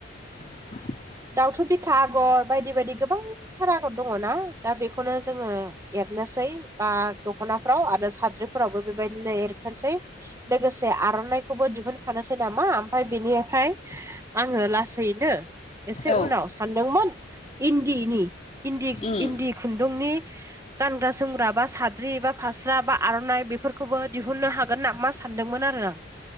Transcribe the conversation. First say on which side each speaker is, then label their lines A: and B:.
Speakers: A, on the left (about 35°); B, on the right (about 15°).
A: <inaudible>
B: दावथु बिखा आगर बायदि बायदि गोबांथार आगर दङ' ना दा बेखौनो जोङो एरनोसै बा दख'नाफोराव आरो साद्रिफोरावबो बेबायदिनो एरखोनसै। लोगोसे आर'नाइखौबो दिहुनफानोसै नामा आमफ्राय बेनिफ्राय आङो लासैनो एसे
A: औ
B: उनाव सानदोंमोन इन्दिनि इन्दि
A: उम
B: इन्दि खुन्दुंनि गानग्रा जोमग्रा बा साद्रि बा फास्रा बा आर'नाइ बेफोरखौबो दिहुननो हागोन। गोन ना मा सानदोंमोन आरो आं।